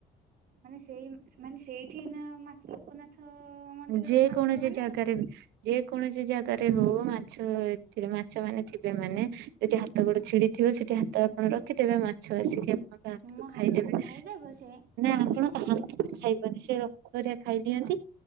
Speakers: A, on the right (about 60°); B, on the right (about 85°).
A: ମାନେ ସେଇ ମାନେ ସେଇଠି ନା ମାଛ ଲୋକନାଥ ମନ୍ଦିରର
B: ଯେ
A: ମାଛ
B: କୌଣସି
A: ମାନେ
B: ଜାଗାରେ ବି। ଯେ କୌଣସି ଜାଗାରେ ହୋଉ ମାଛ ଏଥିରେ ମାଛମାନେ ଥିବେ ମାନେ ଯଦି ହାତ ଗୋଡେ ଛିଡିଥିବ ସେଠି ହାତ ଆପଣ ରଖିଦେବେ ମାଛ ଆସିକି ଆପଣ ଣଙ୍କ ହାତକୁ
A: ମୋ
B: ଖାଇଦେବେ
A: ଖାଇଦେବ ସେ
B: ନାଇ ଆପଣ ତା ହାତକୁ ଖାଇବନି ସେ ରକ୍ତରା ଖାଇଦିଅନ୍ତି